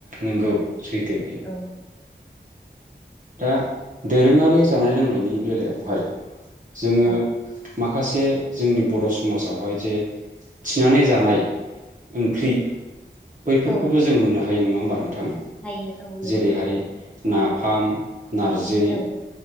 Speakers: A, on the right (about 45°); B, in the centre.
A: नोंगौ सैथो बियो
B: औ
A: दा दोरोङारि जानाय लोंनायनि बेलायावहाय जोङो
B: औ
A: माखासे जोंनि बर' समाजावहाय जे थिनानै जानाय ओंख्रि बैफोरखौबो
B: औ
A: जों मोननो हा हायो नङा होनबा नों थां
B: हायो औ नंगौ
A: जेरैहाय नाफाम नारजि
B: औ